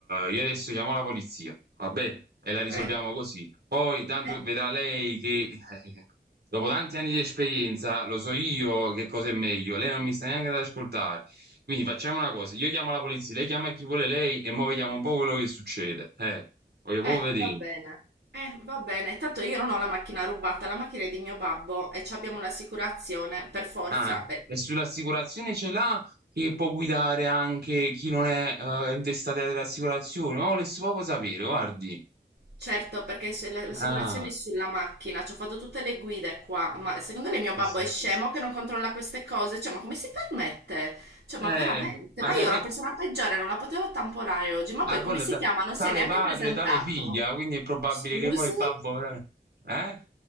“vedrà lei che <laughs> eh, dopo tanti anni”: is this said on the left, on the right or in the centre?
Right